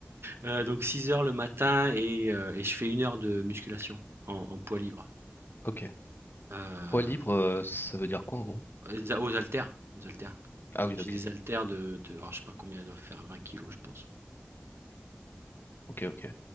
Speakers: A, on the right (about 70°); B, on the left (about 55°).
A: Heu, donc six heures le matin et heu et je fais une heure de musculation en en poids libre.
B: ok.
A: Heu,
B: Poids libre, euh, ça veut dire quoi en gros?
A: aux aux haltères, aux haltères.
B: Ah oui,
A: J'ai
B: ok,
A: des haltères de de alors je sais pas combien elles doivent faire, 20 kilos je pense.
B: ok, ok.